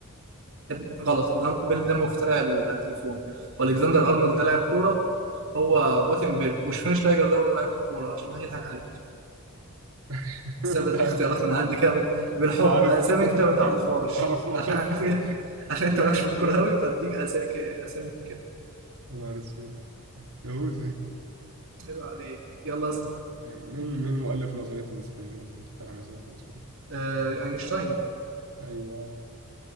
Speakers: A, on the right; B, on the right.
A: يا ابني، غلط جراهام بيل ده مخترع التليفون والكسندر ارنولد ده لاعب كورة هو جوتنبرج وشفاينشتايجر ده برضه لاعب كورة عشان ما حدش يضحك عليك
B: <laughs>
A: بس
B: انت
A: انا بديك
B: انت
A: اختيارات من عندي كده ب- بالحب
B: انت عارف
A: اسامي
B: <laughs>
A: انت ما تعرفهاش
B: انت عارفهاش
A: عشان <laughs> عارف إيه؟ عشان انت
B: مش
A: مالكش
B: في
A: في
B: الكورة
A: الكورة قوي فاديك اسامي ك- اسامي كده
B: يا نهار اسود يهوذي
A: عيب عليك يلا اسال
B: مين مين مؤلف نظرية النسبية مخترع نظرية النسبية
A: آه، اينشتاين
B: ايوه